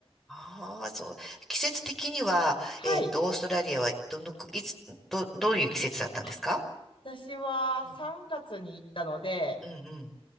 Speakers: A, in the centre; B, on the left.
A: ああ、そう。季節的には、
B: はい。
A: えっと、オーストラリアはどのく、いつ、ど、どういう季節だったんですか
B: あ私は3月に行ったので、
A: うん、うん、うん。